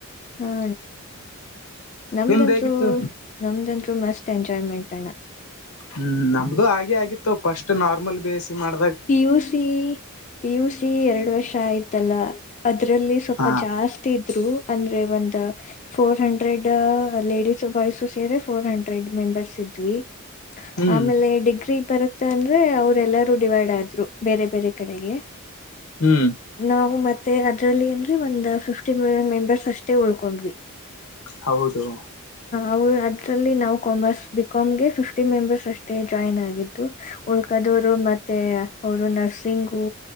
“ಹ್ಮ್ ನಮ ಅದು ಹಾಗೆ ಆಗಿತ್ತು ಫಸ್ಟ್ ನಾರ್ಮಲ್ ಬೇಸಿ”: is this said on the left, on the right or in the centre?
Left